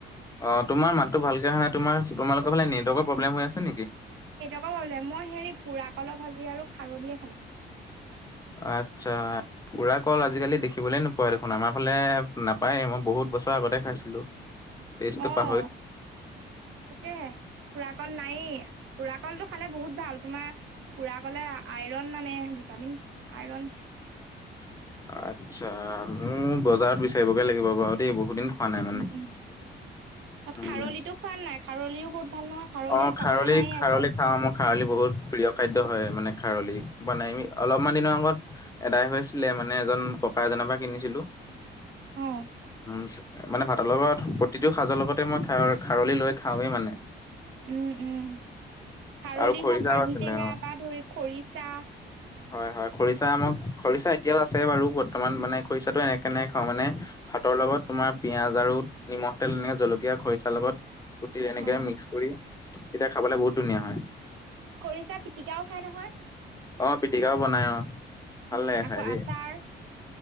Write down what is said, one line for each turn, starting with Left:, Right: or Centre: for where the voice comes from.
Left: অ' তোমাৰ মাততো ভালকে অহা নাই তোমাৰ তোমালোকৰ ফালে নেটৱৰ্কৰ প্ৰব্লেম হৈ আছে। নেকি।
Right: মই হ'লে মই হেৰি পোৰা কলৰ ভাজি আৰু খাৰলিয়ে খালোঁ।
Left: আচ্ছা। পুৰা কল আজিকালি দেখিবলৈ নোপোৱা দেখোন আমাৰ ফালে নাপায়। মই বহুত বছৰ আগতে খাইছিলো। টেষ্টটো
Right: আহ,
Left: পাহৰি
Right: তাকেহে পুৰা কল নায়েই। পুৰা কলটো খালে বহুত ভাল তোমাৰ পুৰা ক'লে আইৰণ মানে ভিটামিন। আইৰন।
Left: আচ্ছা, মোৰ বজাৰত বিচাৰি বলে লাগিব বাৰু দেই বহুত দিন খোৱা নাই মানে।
Right: উম তাত
Left: উম
Right: খাৰলিতো খোৱা নাই খাৰলিও বহুত ভাল নহয়।
Left: অ' খাৰলি
Right: পাবলৈ নায়েই
Left: খাৰলি
Right: আজিকালি
Left: খাওঁ মোৰ খাৰলি বহুত প্ৰিয় খাদ্য হয়। মানে খাৰলি বনাই অলপমান দিনৰ আগত আদায় হৈছিলে মানে এজন। খুৰা এজানৰ পৰা কিনিছিলো,
Right: অ
Left: উম। মানে ভাতৰ লগত প্ৰতিটো সাজৰ লগতে মই খা খাৰলি লৈ খাওঁৱে মানে।
Right: উম, উম, খাৰলি
Left: আৰু খৰিচাও
Right: হওঁক পানী
Left: আছিলে
Right: টেঙা
Left: অ'।
Right: বা ধৰি খৰিচা।
Left: হয়, হয়, খৰিচা আমাৰ খৰিচা এতিয়াও আছে বাৰু বৰ্তমান মানে খৰিচাটো এনেকে নে খাওঁ মানে। ভাতৰ লগত তোমাৰ পিয়াজ আৰু নিমখ তেল এনেক জলকীয়া খৰিচা লগত। কুটি এনেকে
Right: অ
Left: মিক্স কৰি তেতিয়া খাবলৈ বহুত ধুনীয়া হয়।
Right: খৰিচা পিটিকাও খাই নহয়।
Left: অ' পিটিকাও বনাই অ' ভাল
Right: উম,
Left: লাগে
Right: আকৌ
Left: খাই দেই
Right: আচাৰ?